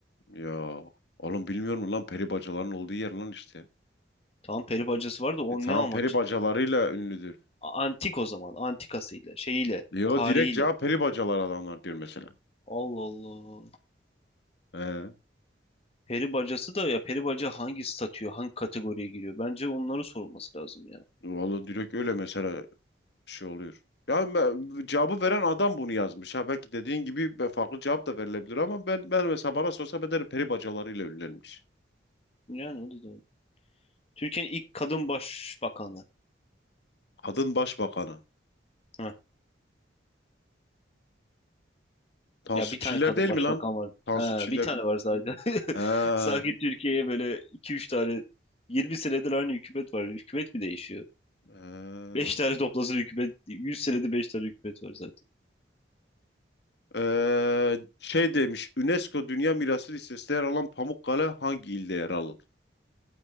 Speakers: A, on the left (about 65°); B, on the left (about 30°).
A: Ya oğlum bilmiyor musun lan peri bacaların olduğu yer lan işte.
B: Tamam peri bacası var da o
A: E tamam
B: ne amaç?
A: peri bacalarıyla ünlüdür.
B: A- Antik o zaman. Antikasıyla, şeyiyle,
A: Yo
B: tarihiyle.
A: direkt cevap peri bacalar adamlar diyor mesela.
B: Allah Allah.
A: He.
B: Peri bacası da ya peri baca hangi statüye, hangi kategoriye giriyor? Bence onları sorulması lazım ya.
A: Vallahi direkt öyle mesela. bir şey oluyor. Ya ben- cevabı veren adam bunu yazmış. Ha belki dediğin gibi be- farklı cevap da verilebilir ama ben ben mesela bana sorsa ben derim peri bacalarıyla ünlenmiş.
B: Yani o da doğru. Türkiye'nin ilk kadın başbakanı.
A: Kadın başbakanı.
B: Heh.
A: Tansu
B: Ya bir
A: Çiller
B: tane kadın
A: değil
B: başbakan
A: mi lan?
B: var.
A: Tansu
B: He,
A: Çiller.
B: bir tane var sadece.
A: Ha,
B: Sanki Türkiye'ye böyle iki üç tane 20 senedir aynı hükümet var. Hükümet mi değişiyor?
A: ha.
B: beş tane toplasın hükümet. 100 senedir 5 tane hükümet var zaten.
A: Ee, şey demiş UNESCO Dünya Mirası listesinde yer alan Pamukkale hangi ilde yer alır?